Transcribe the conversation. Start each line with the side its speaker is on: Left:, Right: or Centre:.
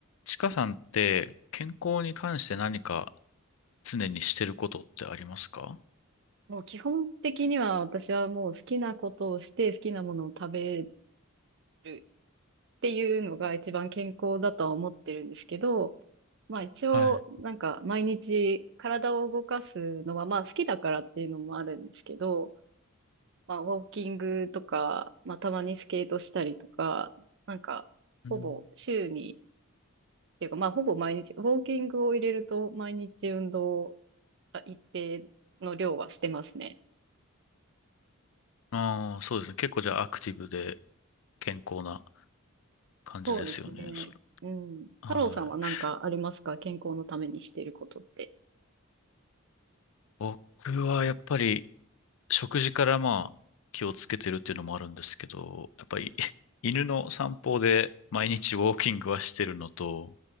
Left: ちかさんって健康に関して何か常にしてることってありますか
Right: もう基本的には私はもう好きなことをして好きなものを食べるっていうのが一番健康だとは思ってるんですけど、まあ一応なんか毎日体を動かすのはまあ好きだからっていうのもあるんですけど、
Left: はい。
Right: まあウォーキングとか、まあたまにスケートしたりとか、なんかほぼ週に、
Left: うん、
Right: っていうかまあほぼ毎日、ウォーキングを入れると毎日運動あ一定の量はしてますね。
Left: ああ、そうですね。結構じゃあアクティブで健康な感じですよね、
Right: そうですね。
Left: それ。
Right: うん。
Left: はい。
Right: 太郎さんは何かありますか健康のためにしていることって。
Left: 僕はやっぱり食事からまあ気をつけてるっていうのもあるんですけど、やっぱり <laughs> 犬の散歩で毎日ウォーキングはしてるのと、